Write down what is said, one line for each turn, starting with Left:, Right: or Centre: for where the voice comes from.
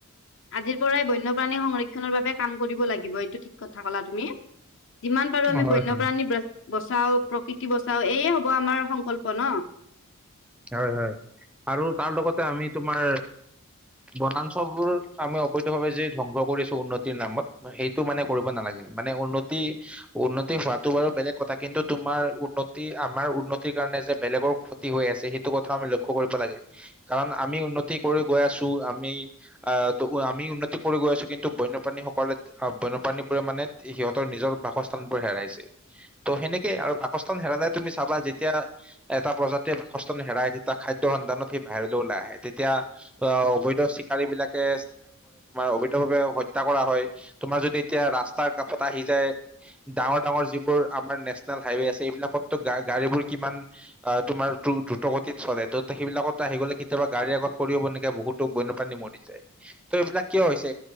Left: আজিৰ পৰাই বন্যপ্ৰাণীৰ সংৰক্ষনৰৰ বাবে কাম কৰিব লাগিব এইটো ঠিক কথা কলা তুমি যিমান পাৰো আমি
Centre: হয়
Left: বন্যপ্ৰাণী
Centre: হয়
Left: বচাও প্ৰকৃতি বচাও এইয়ে হব আমাৰ সংকল্প ন
Centre: হয় হয় আৰু তাৰ লগতে আমি তোমাৰ বনাঞ্চল বোৰ আমি অবৈধ ভাৱে যি ধ্বংস কৰিছো উন্নতিৰ নামত সেইটো মানে কৰিব নালাগে মানে উন্নতি উন্নতি হোৱাটো বাৰু বেলেগ কথা কিন্তু তোমাৰ উন্নতি আমাৰ উন্নতিৰ কাৰণে যে বেলেগৰ ক্ষতি হৈ আছে হে। আমি লক্ষ্য কৰিব লাগে কাৰণ আমি উন্নতি কৰি গৈ আছো আমি আ আমি আমি উন্নতি কৰি গৈ আছো কিন্তু বন্যপাণীসকলে বনপ্ৰাণীবোৰে মানে সিহঁৰ নিজৰ বাসস্থানবোৰ হেৰাই ত সেনেকে আৰু বাসস্থান হেৰালে তুমি চাবা যেতিয়া এটা প্ৰজাতি বাস। হেৰাই তেতিয়া খাদ্য সন্ধানত সি বাহিৰলৈ ওলাই আহে তেতিয়া আহে অবৈধ চিকাৰী বিলাকে অবধ্যভাৱে হত্যা কৰা হয় তোমাৰ যদি এতিয়া ৰাস্তাৰ কাষত আহি যায় ডাঙৰ ডাঙৰ যিবোৰ আমাৰ নেচনেল হাইৱে আছে এইবিলাকতো গাড়ী বোৰ কিমান তোমাৰ প্ৰগতিত চলে ত সেইবিলাকতো আহি গ'লে কেতিয়াবা গাড়ীৰ আগত পৰিব নেকি বহুতো বন্যপ্ৰাণী মৰি যায়। বিলাক কিয় হৈছে